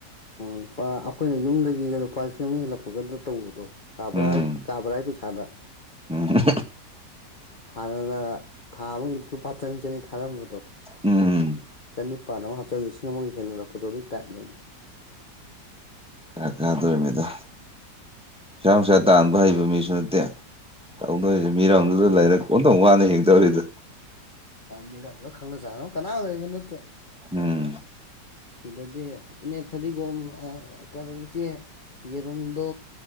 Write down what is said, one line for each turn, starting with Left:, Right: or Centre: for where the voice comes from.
Left: ꯑꯣ ꯂꯨꯄꯥ ꯑꯩꯈꯣꯏꯅ ꯌꯨꯝꯗꯒꯤꯒ ꯂꯨꯄꯥ ꯂꯤꯁꯤꯡ ꯑꯃꯨꯛ ꯍꯦꯜꯂꯛꯄꯒꯗ ꯇꯧꯕꯗꯣ ꯀꯥꯕꯔ
Centre: ꯎꯝ
Left: ꯀꯥꯕꯔ ꯄꯤꯁꯥꯗ
Centre: ꯎꯝ
Left: ꯍꯥꯟꯅꯅ ꯊꯥ ꯑꯃꯒꯤ ꯂꯨꯄꯥ ꯆꯅꯤ ꯆꯅꯤ ꯊꯥꯔꯝꯕꯗꯣ
Centre: ꯎꯝ ꯎꯝ
Left: ꯆꯅꯤꯄꯥꯟ ꯑꯃ ꯍꯥꯞꯆꯜ ꯂꯤꯁꯤꯡ ꯑꯃꯒ ꯍꯦꯜꯍꯜꯂꯛꯄꯗꯣ ꯑꯗꯨꯒꯤ ꯇꯥꯏꯞꯅꯦꯕꯃꯦ
Centre: ꯀꯥꯗꯣꯔꯤꯕꯃꯤꯗ ꯄꯩꯁꯥ ꯅꯨꯡꯁꯥ ꯇꯥꯟꯕ ꯍꯩꯕ ꯃꯤꯁꯨ ꯅꯠꯇꯦ ꯇꯧꯗꯣꯏꯁꯦ
Left: ꯎꯝ
Centre: ꯃꯤꯔꯝꯗꯨꯗ ꯂꯩꯔꯦ ꯀꯣꯟꯇꯧ ꯋꯥꯅꯤ ꯍꯡꯗꯧꯔꯤꯗ
Left: ꯃꯤꯔꯗ ꯈꯪꯅ ꯆꯥꯅꯣ ꯀꯅꯥ ꯂꯩꯕ ꯅꯠꯇꯦ
Centre: ꯎꯝ
Left: ꯁꯤꯗꯗꯤ ꯏꯅꯦ ꯐꯗꯤꯒꯣꯝ ꯀꯔꯤꯆꯦ ꯌꯦꯔꯨꯝꯗꯣ